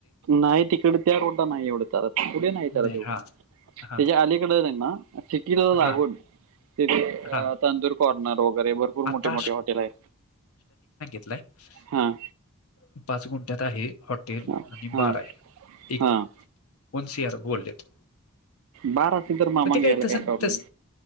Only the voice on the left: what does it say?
नाही हा हा
हा
हा
आता
कुठला आहे?
पाच गुंठ्यात आहे हॉटेल
आणि
बार आहे एक
वन सी आर. बोललेत
पण ते
काय तसस